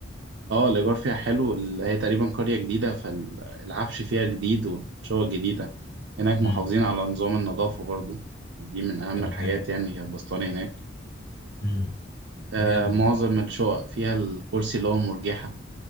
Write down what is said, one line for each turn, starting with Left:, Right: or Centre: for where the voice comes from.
Right: اه الإيجار فيها حلو ال- هي تقريبا قرية جديدة فالعفش فيها جديد والشقق جديدة هناك محافظين
Left: امم
Right: على نظام النظافة برضو دي من أهم
Left: طب
Right: الحاجات
Left: جامد
Right: يعني هي البسطاني هناك
Left: امم
Right: آه
Left: جامد
Right: معظم
Left: والله.
Right: الشقق فيها الكرسي اللي هو المرجحة